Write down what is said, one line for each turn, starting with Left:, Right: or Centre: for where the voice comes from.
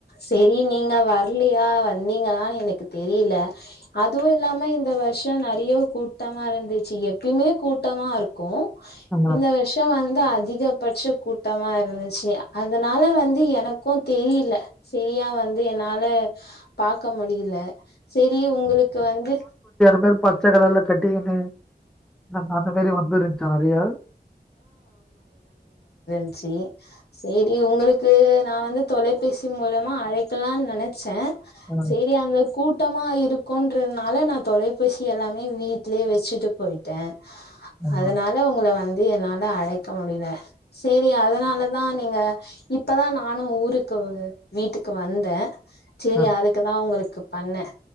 Left: செரி நீங்க வர்லியா வந்தீங்களானு எனக்கு தெரில அதுவு இல்லாம இ த வர்ஷோ நெறையோ கூட்டமா இருந்துச்சு எப்யுமே கூட்டமா இருக்கோ
Centre: ஆ.
Left: இந்த வர்ஷோ வந் த அதிகபட்ச கூட்டமா இருந்துச்சு அதனால வந்து எனக்கோ தெரில செரியா வந்து என்னால பாக்க முடில செரி உங்குளுக்கு வந்து
Centre: வெரு பச்ச கலர்ல கட்டிக்கினு அ அந்த மாரி வந்துருந்ச்சா நெறைய
Left: ச்சி செரி உங்களுக்கு நா வந்து தொலைபேசி மூலமா அழைக்கலா நெனச்சே
Centre: ஆ,
Left: செரி அந்த கூட் டமா இருக்கோன்றனால நா தொலைபேசி எல்லாமே வீட்லே வெச்சுட்டு போயிட்டே
Centre: ஆமா.
Left: அதனால உங்கள வந் து என்னால அழைக்க முடியில சேரி அதுனால தா நீங்க இப்பதா நானு ஊருக்கூ வீட்டுக்கு வந்த சேரி
Centre: அ
Left: அதுக்குதா உங்களுக்கு பண்ண